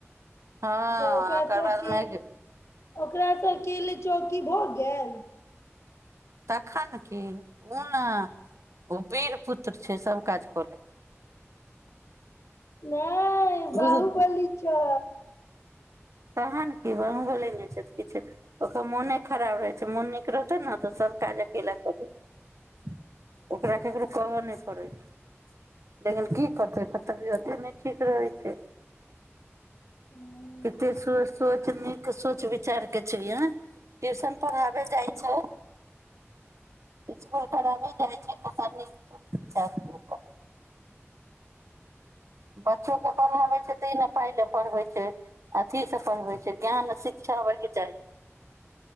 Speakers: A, on the right; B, on the left.
A: हँ
B: तऽ ओकराके
A: ओकर बाद मैगी
B: ओकरासँकेेल चौकी भऽ गेल
A: तखन की ओ ने ओ वीर पुत्र छै सभ काज कऽ ले
B: नहि ह
A: बुझ
B: बाहुबली छै
A: तह ने क व ले नहि छै तऽ किछु ओकर मोने खराब रहै छै मोन नीक रहतै ने तऽ सभ काज अकेला कर लै छै ओकरा ककरो कहऽ नहि पड़ै छै लेकिन की करते खत भी होत ठीक रहै छै
B: हू
A: स सोचनी सोच विचारके छै अ ट्यूशन पढ़ाबे जाइ छै इकूल खराब जाइ छै पच बच्चोकेँ पढ़ाबै छै तऽहि ने पाइ ल पढ़बै छै अथसँ पढ़बै छै ज्ञान शिक्षा होबयके चाही